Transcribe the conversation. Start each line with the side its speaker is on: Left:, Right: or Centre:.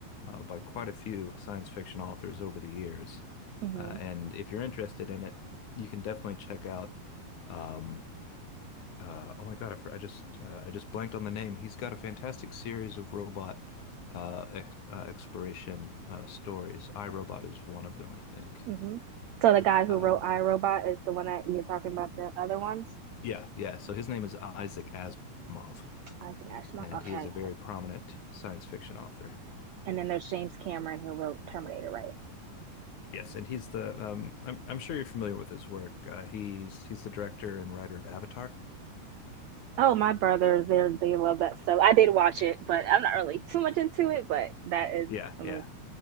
Left: uh, by quite a few science fiction authors over the years.
Right: hmm
Left: Uh, and if you're interested in it, you can definitely check out. Um, uh, oh my God, I, for, I just uh, I just blanked on the name. He's got a fantastic series of robot uh, ex uh, exploration uh, stories. I, Robot is one of them, I think.
Right: hmm So the guy who
Left: Um,
Right: wrote I Robot is the one that you're talking about, the other ones?
Left: yeah, yeah. So his name is Isaac Asimov,
Right: Isaac Asimov?
Left: and
Right: Okay.
Left: he is a very prominent science fiction author.
Right: And then there's James Cameron who wrote Terminator, right?
Left: Yes, and he's the um, I'm I'm sure you're familiar with his work. Uh, he's he's the director and writer of Avatar.
Right: Oh, my brothers, they they love that stuff. I did watch it, but I'm not really too much into it, but that is,
Left: Yeah,
Right: I
Left: yeah.
Right: mean,